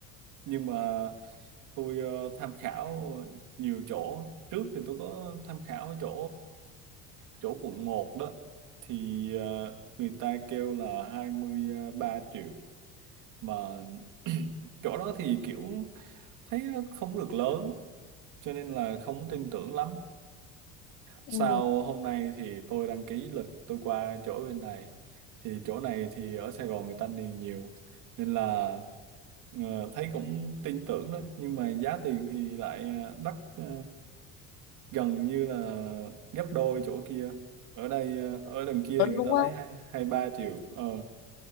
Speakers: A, on the right (about 60°); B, on the left (about 80°).
A: nhưng mà tôi ờ, tham khảo nhiều chỗ trước thì tôi có tham khảo chỗ chỗ quận một đó thì ờ, người ta kêu là hai mươi ờ, ba triệu mà <clears throat> chỗ đó thì kiểu thấy nó không được lớn cho nên là không tin tưởng lắm
B: Ừ,
A: sau hôm nay thì tôi đăng ký lịch tôi qua chỗ bên này thì chỗ này thì ở Sài Gòn người ta niềng nhiều nên là ờ, thấy cũng tin tưởng đó nhưng mà giá tiền thì lại ờ, đắt ờ, gần như là gấp đôi chỗ kia ở đây ờ, ở đằng kia
B: lớn
A: thì người
B: đúng
A: ta
B: không?
A: lấy hai hai ba triệu ờ,